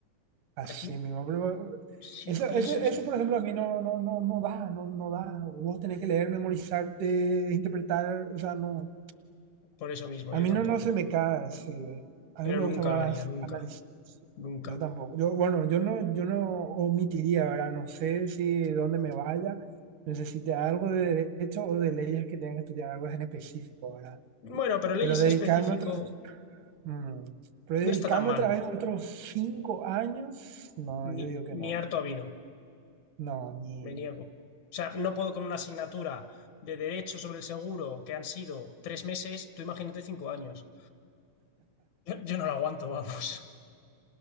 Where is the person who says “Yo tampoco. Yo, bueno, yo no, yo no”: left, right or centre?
Right